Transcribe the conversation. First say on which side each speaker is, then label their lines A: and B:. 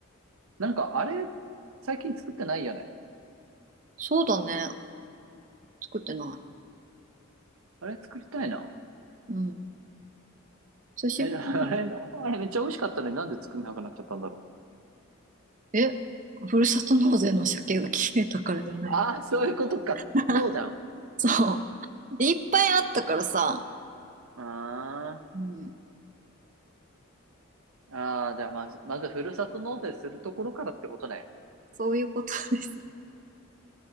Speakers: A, on the right; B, on the right.
A: なんかあれ、最近作ってないよね。
B: そうだね。作ってな
A: あれ作りたいな。
B: い。うん。久しぶりに。
A: え、<laughs> あれ、あれめっちゃ美味しかったのになんで作んなくなっちゃったんだろう。
B: え、ふるさと納税の鮭が切れたからじゃない。
A: ああ、そういうことか。
B: <laughs>
A: そうじゃん。
B: そう。いっぱいあったからさ。
A: あ
B: うん。
A: ーあー、じゃあまず、まずふるさと納税するところからってことね。
B: そういうことですね。